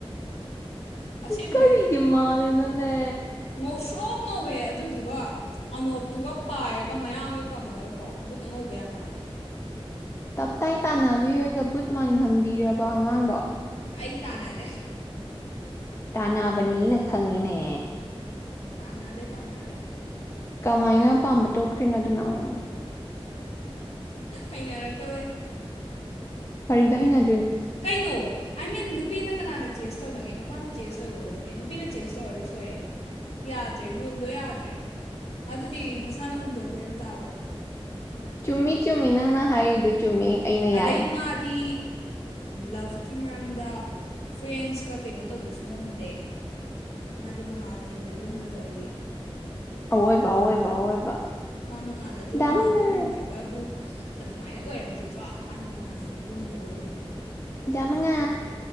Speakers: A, on the left; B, on the left.
A: ꯑꯁꯦꯡꯕꯩ
B: ꯀꯔꯤꯒꯤ ꯃꯥꯜꯂꯤꯅꯣꯅꯦ
A: ꯉꯧꯁ꯭ꯔꯣꯛ ꯉꯧꯋꯦ ꯑꯗꯨꯗꯨꯒ ꯑꯅꯣꯞꯇꯨꯒ ꯄꯥꯏꯔꯒ ꯃꯌꯥꯡꯒ ꯀꯪꯉꯒꯀꯣ ꯕꯨꯠ ꯑꯉꯧꯕ ꯌꯥꯝ ꯃꯥꯜꯂꯦ
B: ꯇꯞꯇꯥꯏ ꯇꯥꯟꯅꯕꯤꯔꯒ ꯕꯨꯠ ꯃꯥꯟꯍꯟꯕꯤꯔꯕ ꯑꯉꯥꯡꯗꯣ
A: ꯑꯩ ꯇꯥꯟꯅꯔꯦ
B: ꯇꯅꯥꯕꯅꯤꯅ ꯈꯪꯉꯅꯦ
A: ꯇꯥꯅꯗꯦ ꯇꯥꯅꯗꯦ
B: ꯀꯃꯥꯏꯅꯄꯥꯥꯝꯕ ꯇꯣꯛꯈ꯭ꯔꯤꯅꯣ ꯑꯗꯨꯅ ꯑꯃꯨꯛ
A: ꯑꯩꯅ ꯍꯥꯏꯔꯛꯇꯕꯩ
B: ꯀꯔꯤꯗ ꯍꯅ
A: ꯀꯩꯅꯣ ꯑꯥꯏ ꯃꯤꯟ ꯅꯨꯄꯤꯅ ꯀꯅꯥꯅ ꯆꯦꯁ ꯇꯧꯅꯒꯦ ꯅꯨꯄꯥꯅ ꯆꯦꯁ ꯇꯧꯒꯗꯕꯅꯦ ꯅꯨꯄꯤꯅ ꯆꯦꯁ ꯇꯧꯔꯗꯤ ꯁꯣꯏꯔꯦ ꯌꯥꯗ꯭ꯔꯦ ꯔꯨꯜꯗꯣ ꯌꯥꯗ꯭ꯔꯦ ꯑꯗꯨꯗꯤ ꯃꯁꯥꯅ ꯍꯣꯡꯗꯣꯛ ꯀꯨꯔꯝ ꯇꯥꯕ
B: ꯆꯨꯝꯃꯤ ꯆꯨꯝꯃꯤ ꯅꯪꯅ ꯍꯥꯏꯔꯤꯗꯨ ꯆꯨꯝꯃꯤ ꯑꯩꯅ
A: ꯑꯗꯩ
B: ꯌꯥꯏ
A: ꯃꯥꯗꯤ ꯂꯞꯀꯤ ꯃꯔꯝꯗ ꯐ꯭ꯔꯦꯟꯁꯀ ꯀꯩꯅꯣ ꯇꯧꯕꯁꯨ ꯉꯝꯗꯦ ꯃꯥꯗꯤ ꯃꯉꯥꯜꯅ ꯍꯦꯟꯅ ꯂꯨꯝꯅ ꯂꯧꯏ
B: ꯑꯋꯣꯏꯕ ꯑꯋꯣꯏꯕ ꯑꯋꯣꯏꯕ
A: ꯃꯥ ꯃꯉꯥꯜꯂ ꯂꯨꯝꯅ
B: ꯗꯥ ꯃꯉꯥꯜ
A: ꯂꯧꯔꯝꯗ꯭ꯔꯒꯕꯨ ꯑꯗꯨꯃꯥꯏꯅ ꯑꯣꯏꯔꯝꯈꯤꯗ꯭ꯔꯣ ꯃꯥꯅ ꯃꯉꯥꯜꯅ ꯍꯦꯟꯅ ꯂꯨꯝꯅ ꯂꯧꯕꯩꯅꯤ
B: ꯌꯥꯃꯉ